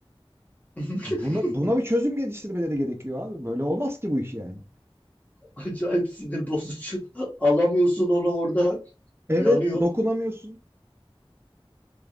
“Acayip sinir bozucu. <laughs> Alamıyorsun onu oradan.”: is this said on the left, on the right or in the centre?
Left